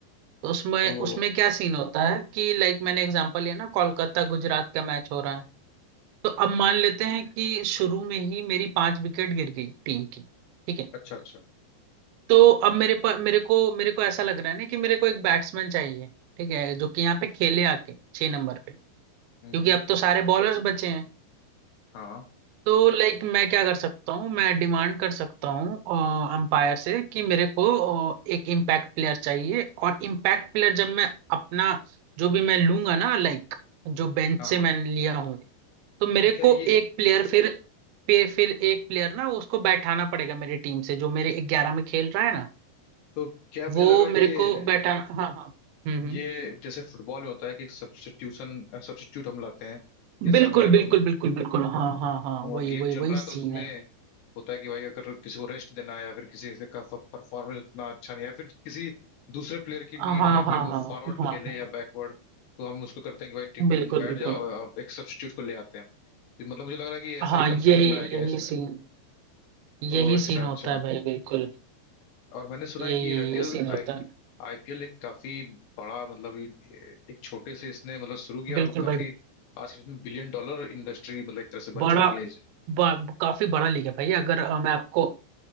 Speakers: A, on the right; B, on the left.
A: तो उसमें
B: वो
A: उसमें क्या सीन होता है कि लाइक मैंने एग्जांपल लिया ना कोलकाता गुजरात का मैच हो रहा है तो अब मान लेते हैं कि शुरू में ही मेरी पांच विकेट गिर गई टीम की ठीक है
B: अच्छा अच्छा
A: तो अब मेरे पर मेरे को मेरे को ऐसा लग रहा है ना कि मेरे को एक बैट्समैन चाहिए ठीक है जो कि यहाँ पे खेले आके छह नंबर पे क्योंकि
B: हम्म
A: अब तो सारे बॉलर्स बचे हैं
B: हाँ
A: तो लाइक मैं क्या कर सकता हूँ मैं डिमांड कर सकता हूँ अंपायर से कि मेरे को अ, एक इम्पैक्ट प्लेयर चाहिए और इम्पैक्ट प्लेयर जब मैं अपना जो भी मैं लूंगा ना लाइक जो बेंच
B: हाँ
A: से मैं लिया हूँ तो मेरे
B: तो क्या
A: को
B: ये
A: एक प्लेयर फिर पे फिर एक प्लेयर ना उसको बैठाना पड़ेगा मेरी टीम से जो मेरे ग्यारह में खेल रहा है ना
B: तो क्या मुझे
A: वो
B: लग रहा है
A: मेरे
B: कि ये
A: को बैठाना हाँ हाँ हम्म हम्म
B: ये जैसे फुटबॉल में होता है कि सब्स्टिट्यूशन सब्स्टिट्यूट हम लाते हैं जैसे
A: बिल्कुल
B: हमारे बिल्कुल
A: बिल्कुल बिल्कुल बिल्कुल हाँ हाँ हाँ
B: हमने
A: वही
B: गेम
A: वही
B: चल
A: वही
B: रहा है तो
A: सीन
B: उसमें
A: है
B: होता है कि भाई अगर किसी को रेस्ट देना है या फिर किसी से का परफॉर्मेंस उतना अच्छा नहीं है या फिर किसी दूसरे प्लेयर की
A: हाँ
B: नीड
A: हाँ
B: है कि
A: हाँ
B: वो
A: हाँ हाँ
B: फॉरवर्ड खेले या बैकवर्ड तो हम उसको करते हैं कि भाई ठीक
A: बिल्कुल
B: तुम बैठ
A: बिल्कुल
B: जाओ और आप एक सब्स्टिट्यूट को ले आते हैं तो मतलब मुझे लग रहा है कि ऐसा
A: हाँ
B: ही
A: यही
B: कंसेप्ट लाया गया
A: यही
B: है इसमें
A: सीन यही
B: ओ अच्छा
A: सीन होता
B: अच्छा
A: है भाई बिल्कुल
B: और मैंने सुना
A: यही
B: है कि आईपीएल
A: यही सीन होता
B: आई
A: है
B: आईपीएल एक काफी बड़ा मतलब ये- एक छोटे से इसने मतलब शुरू किया
A: बिल्कुल
B: और काफी
A: भाई
B: आज के दिन बिलियन डॉलर इंडस्ट्री मतलब एक तरह से बन
A: बड़ा
B: चुकी है इस-
A: बा, काफी बड़ा लीग है भाई अगर अ, मैं आपको